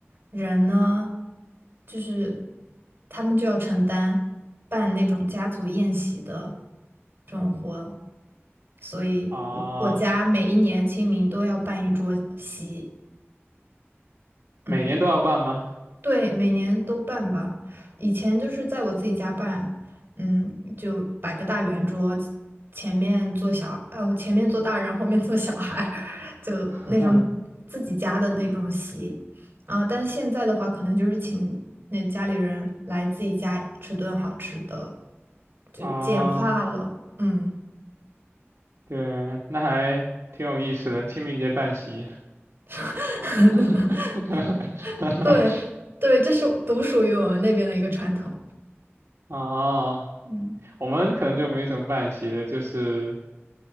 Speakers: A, on the right; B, on the right.
A: 人呢，就是他们就要承担办那种家族宴席的这种活，所以我我家每一年清明都要办一桌席，
B: 啊，
A: 嗯。
B: 每年都要办吗？
A: 对，每年都办吧。以前就是在我自己家办，嗯，就摆个大圆桌，前面坐小，哦，前面坐大人，后面坐小孩儿，<laughs> 就那种自己家的那种席。
B: <laughs>
A: 啊，但现在的话，可能就是请那家里人来自己家吃顿好吃的，就简化了。
B: 啊，
A: 嗯，
B: 对，那还挺有意思的，清明节办席。
A: <laughs>
B: <laughs>
A: 对对，这是独属于我们那边的一个传统。
B: 啊，
A: 嗯。
B: 我们可能就没什么办席的，就是